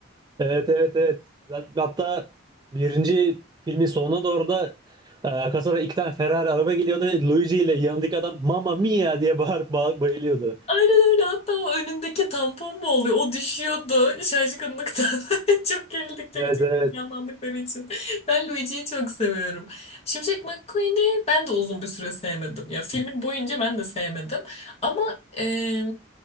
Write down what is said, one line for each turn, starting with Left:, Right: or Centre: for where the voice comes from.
Right: Evet evet evet. Zat- Hatta birinci filmin sonuna doğru da e, kasaba iki tane Ferrari araba geliyordu ve Luigi ile yanındaki adam Mamma Mia diye bağırıp ba- bayılıyordu.
Left: Aynen öyle. Hatta o önündeki tampon mu oluyor? O düşüyordu şaşkınlıktan. <laughs> Çok gerildikleri,
Right: Evet
Left: çok
Right: evet.
Left: heyecanlandıkları için. Ben Luigi'yi çok seviyorum. Şimşek McQueen'i ben de uzun bir süre sevmedim. Ya filmin boyunca ben de sevmedim. Ama e,